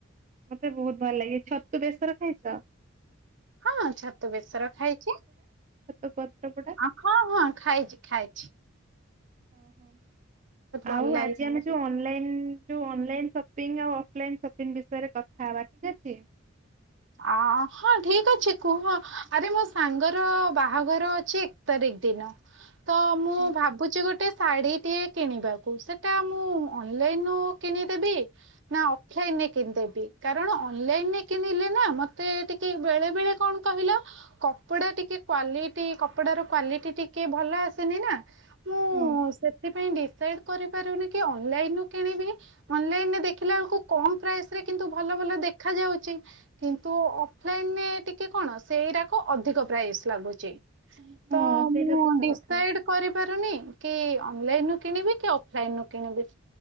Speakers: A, on the right; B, on the right.
A: ମତେ ବହୁତ ଭଲ ଲାଗେ ଛତୁ ବେସର ଖାଇଛ ।
B: ହଁ ଛତୁ ବେସର ଖାଇଛି ।
A: ଛତୁପତ୍ର ପଡ଼ା ।
B: ହଁ ହଁ ଖାଇଛି ଖାଇଛି ।
A: ଓହୋ ।
B: ଭଲ
A: ଆଉ
B: ଲାଗେ
A: ଆଜି ଆମେ ଯୋଉ ଅନଲାଇନ ଯୋଉ ଅନଲାଇନ୍ ସପିଙ୍ଗଆଉ ଅଫଲାଇନ ସପିଙ୍ଗ ବିଷୟରେ କଥା ହବା ଠିକ ଅଛି ।
B: ଅ ହଁ ଠିକ ଅଛି କୁହ ଆରେ ମୋ ସାଙ୍ଗର ବାହାଘର ଅଛି ଏକ ତାରିଖ ଦିନ ତ
A: ଆଚ୍ଛା
B: ମୁଁ
A: ଆଚ୍ଛା।
B: ଭାବୁଛି ଗୋଟେ ଶାଢୀଟିଏ କିଣିବାକୁ ସେଟା ମୁଁ ଅନଲାଇନରୁ କିଣିଦେବି ନା ଅକ୍ଷନରେ କିଣିଦେବି । କାରଣ ଅନଲାଇନରେ କିଣିଲେ ନା ମତେ ଟିକେ ବେଳେ ବେଳେ କଣ କହିଲ କପଡା ଟିକେ କ୍ଵାଲିଟି କପଡାର କ୍ଵାଲିଟି ଟିକେ ଭଲ ଆସେନି ନା ମୁଁ
A: ହଁ
B: ସେଥିପାଇଁ ସେଟ୍ କରିପାରୁନି କି ଅନଲାଇନ ରୁ କିଣିବି ଅନଲାଇନ ଦେଖିଲା ବେଳକୁ କମ ପ୍ରାଇସରେ କିନ୍ତୁ ଭଲ ଭଲ ଦେଖା ଯାଉଛି। କିନ୍ତୁ ଅଫଲାଇନ ଟିକେ କଣ ସେଇଟାକ ଅଧିକ ପ୍ରାଇସ୍ ଲାଗୁଛି ।
A: ହଁ
B: ତ
A: ସେଇଟା
B: ମୁଁ
A: ସତ
B: ଡିସାଇଡ
A: କଥା।
B: କରିପାରୁନି କି ଅନଲାଇନ ରୁ କିଣିବି କି ଅଫଲାଇନ ରୁ କିଣିବି ।